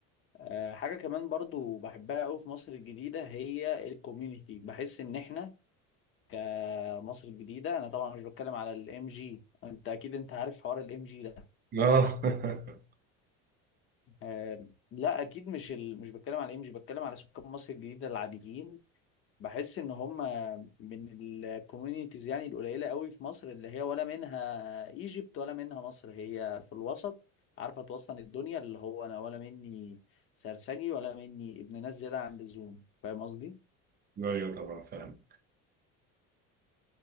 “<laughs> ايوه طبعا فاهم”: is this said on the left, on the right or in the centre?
Right